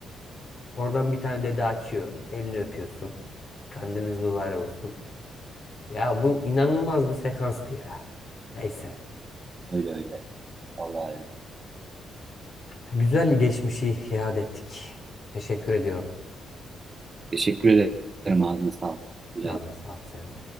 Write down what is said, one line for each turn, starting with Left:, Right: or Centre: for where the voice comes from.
Left: Oradan bir tane dede açıyor. Elini öpüyorsun. Kandiliniz mübarek olsun. Ya bu inanılmaz bir sekanstı ya. Neyse.
Right: Öyle öyle. Vallahi öyle.
Left: Güzel geçmişi iade ettik. Teşekkür ediyorum.
Right: Teşekkür ederim. Ağzına sağlık. Güzel
Left: Ağzına sağlık senin de.